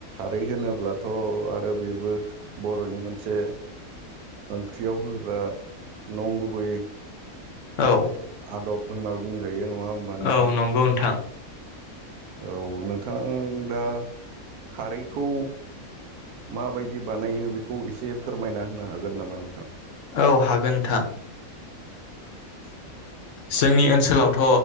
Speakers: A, on the right; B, on the left.
A: खारै होनोब्लाथ' आरो बेबो बर'नि मोनसे ओंख्रियाव होग्रा नंगुबै
B: औ
A: आदब होन्ना बुंजायो नङा होमबा नोंथां
B: औ नंगौ नोंथां ।
A: औ नोंथां दा खारैखौ माबायदि बानायो बेखौ एसे फोरमायना होनो हागोन नामा नोंथां?
B: औ हागोन नोंथां जोंनि ओ ओनसोलावथ'